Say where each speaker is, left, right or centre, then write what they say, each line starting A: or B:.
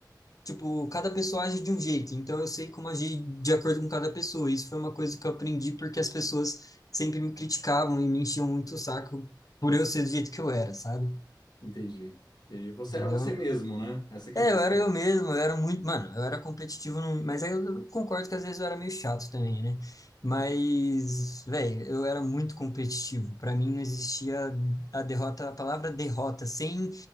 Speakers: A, on the left; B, on the left.
A: tipo, cada pessoa age de um jeito, então eu sei como agir de acordo com cada pessoa. Isso foi uma coisa que eu aprendi porque as pessoas sempre me criticavam e me enchiam muito o saco por eu ser do jeito que eu era, sabe?
B: Entendi. Entendi. Você
A: Entendeu?
B: era você mesmo, né? Essa que
A: É,
B: é a questão.
A: eu era eu mesmo, eu era muito, mano, eu era competitivo, num- mas aí eu concordo que às vezes eu era meio chato também, né? Mas,
B: Entendi.
A: velho, eu era muito competitivo. Pra mim não existia a derrota, a palavra derrota, sem,